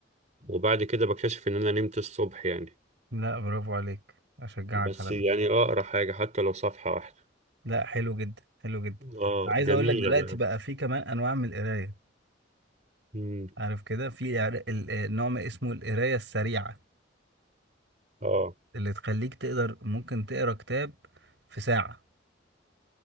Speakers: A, on the right; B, on the right.
A: وبعد كده بكتشف ان انا نمت الصبح يعني
B: لا برافو عليك اشجعك
A: بس
B: على ده
A: يعني اقرا حاجه حتى لو صفحه واحده
B: لا حلو جدا حلو جدا
A: اه
B: عايز
A: جميله
B: اقول لك دلوقتي
A: بقى
B: بقى في كمان انواع من القرايه
A: مم.
B: عارف كده في عر- ال- آه، نوع ما اسمه القرايه السريعه
A: اه
B: اللي تخليك تقدر ممكن تقرا كتاب في ساعه